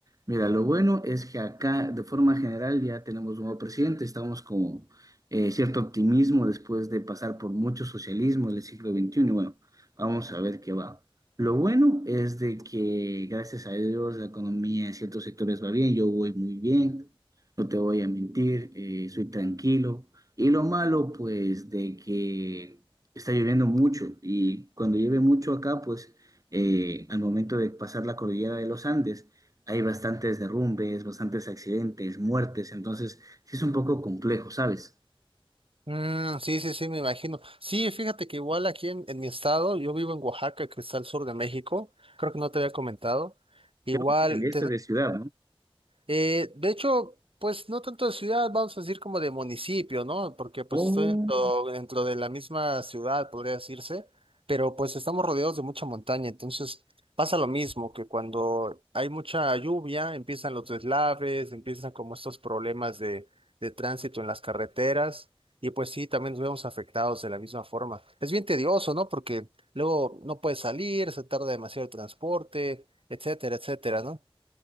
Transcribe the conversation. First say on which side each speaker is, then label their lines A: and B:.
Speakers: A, on the right (about 35°); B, on the right (about 70°).
A: Mira, lo bueno es que acá, de forma general, ya tenemos un nuevo presidente, estamos con eh, cierto optimismo después de pasar por mucho socialismo del siglo XXI. Y bueno, vamos a ver qué va. Lo bueno es de que, gracias a Dios, la economía en ciertos sectores va bien, yo voy muy bien, no te voy a mentir, eh, soy tranquilo. Y lo malo, pues, de que está lloviendo mucho y cuando llueve mucho acá, pues eh, al momento de pasar la cordillera de los Andes, hay bastantes derrumbes, bastantes accidentes, muertes, entonces sí es un poco complejo, ¿sabes?
B: Mm, sí, sí, sí, me imagino. Sí, fíjate que igual aquí en, en mi estado, yo vivo en Oaxaca, que está al sur de México, creo que no te había comentado. Igual,
A: Creo que te cambiaste de ciudad, ¿no?
B: eh, de hecho, pues no tanto de ciudad, vamos a decir como de municipio, ¿no? Porque pues
A: Oh,
B: estoy dentro, dentro de la misma ciudad, podría decirse, pero pues estamos rodeados de mucha montaña, entonces pasa lo mismo, que cuando hay mucha lluvia, empiezan los deslaves, empiezan como estos problemas de, de tránsito en las carreteras, y pues sí, también nos vemos afectados de la misma forma. Es bien tedioso, ¿no? Porque luego no puedes salir, se tarda demasiado el transporte, etcétera, etcétera, ¿no?